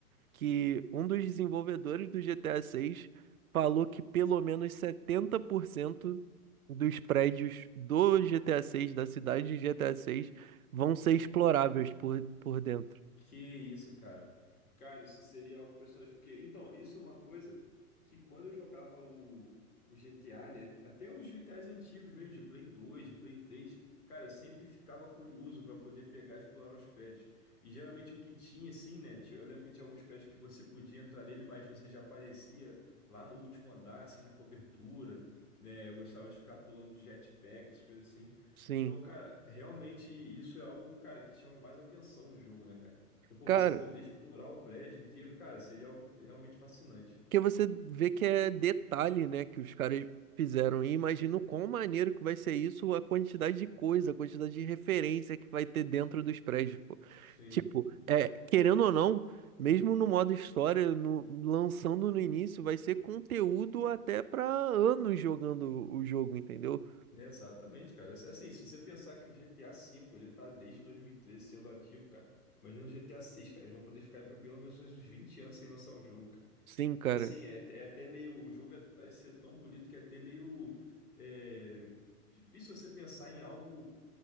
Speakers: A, on the right; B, on the left.
A: que um dos desenvolvedores do GTA VI falou que pelo menos 70% dos prédios do GTA VI da cidade de GTA VI vão ser exploráveis por, por dentro.
B: Que isso, cara. Cara, isso seria algo personagem. Porque, então, isso é uma coisa que quando eu jogava o, o GTA, né? Até os GTAs antigos mesmo, de Play 2, de Play 3, cara, eu sempre ficava curioso para poder pegar e explorar os prédios. E geralmente o que tinha, assim, né? ti- Eu lembro que tinha alguns prédios que você podia entrar nele, mas você já aparecia lá no último andar, assim, na cobertura, né? Eu gostava de ficar pulando de jetpack, essas coisas assim.
A: Sim.
B: Então, cara, realmente isso é algo, cara, que chama mais atenção no jogo, né, cara? Porque, pô,
A: Cara,
B: você poder explorar o prédio inteiro, cara, seria algo realmente fascinante.
A: Porque você vê que é detalhe, né, que os caras fizeram. E imagino quão maneiro que vai ser isso, a quantidade de coisa, a quantidade de referência que vai ter dentro dos prédios, pô.
B: Sim,
A: Tipo, é, querendo ou não, mesmo no modo história, no- lançando no início, vai ser conteúdo até pra anos jogando o jogo, entendeu?
B: é exatamente, cara. Assim, se você pensar que o GTA V, ele tá desde 2013 sendo ativo, cara. Imagina o GTA VI, cara. Eles vão poder ficar aí por pelo menos mais uns 20 anos sem lançar um jogo, cara.
A: Sim, cara.
B: Porque, assim, é, é até meio... O jogo é- parece ser tão bonito que é até meio... é, difícil você pensar em algo...